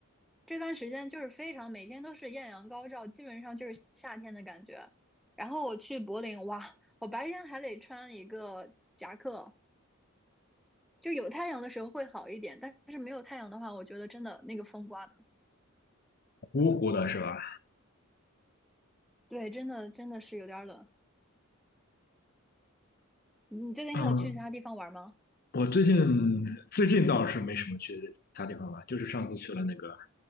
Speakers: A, in the centre; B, on the left.
A: 这段时间就是非常每天都是艳阳高照，基本上就是夏天的感觉。然后我去柏林，哇，我白天还得穿一个夹克，就有太阳的时候会好一点，但是没有太阳的话，我觉得真的那个风刮的，
B: 芜湖的是吧？
A: 对，真的真的是有点冷。你最近还有去其他地方玩吗？
B: 嗯，我最近最近倒是没什么去其他地方玩，就是上次去了那个